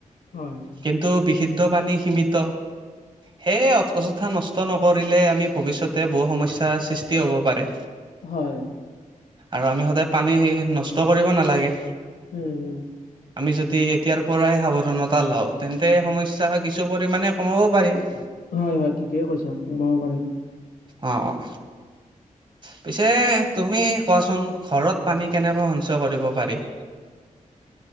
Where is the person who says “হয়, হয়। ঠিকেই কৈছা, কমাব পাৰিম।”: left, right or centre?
Left